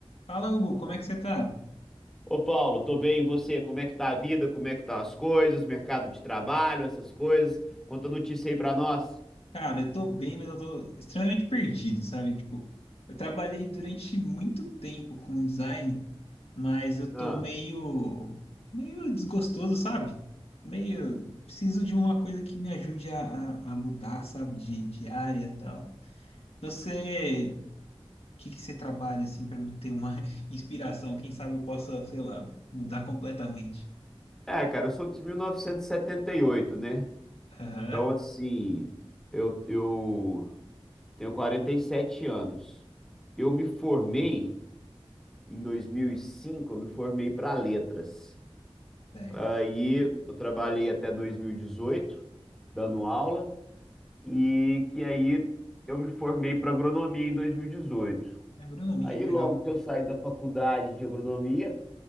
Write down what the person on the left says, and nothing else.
Fala, Hugo, como é que você tá?
Cara, eu tô bem, mas eu tô extremamente perdido, sabe? Tipo, eu trabalhei durante muito tempo com design, mas eu
tô meio, meio desgostoso, sabe? Meio, preciso de uma coisa que me ajude a, a, a mudar, sabe? De, de área e tal. Você, o que que você trabalha, assim, pra me ter uma <laughs> inspiração? Quem sabe eu possa, sei lá, mudar completamente.
Aham,
certo.
Agronomia,
que legal.